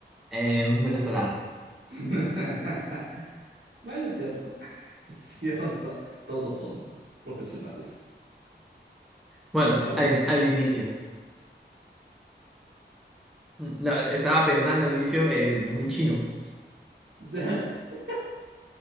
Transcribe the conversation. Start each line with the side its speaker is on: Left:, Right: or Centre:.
Centre: eh, un venezolano.
Right: <laughs> Bueno, es cierto. <laughs> Es cierto. Todos son profesionales.
Centre: Bueno,
Right: Ahora
Centre: al,
Right: te toca.
Centre: al inicio. Mm, No, estaba pensando al inicio en un chino,
Right: <laughs>